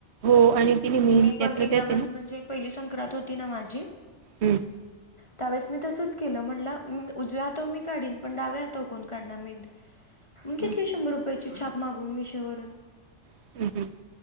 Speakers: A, on the right; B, on the left.
A: हो आणि तिने मेहंदी
B: मी
A: त्यातल्या
B: पणं एकदां
A: त्यात
B: माझी
A: आहे ना
B: म्हणजे पहिली संक्रांत होती नां माझी
A: हम्मं
B: त्यांवेळेस मी तसंच केलं म्हटलं मी उजव्यांहातांवर मी काढीन पणं डाव्यां हातांवर कोणं काढणारं मेंहंदी मी घेतली
A: हम्म,
B: शंभर रुपयाची छाप मागवून मिशोवरून.
A: <unintelligible>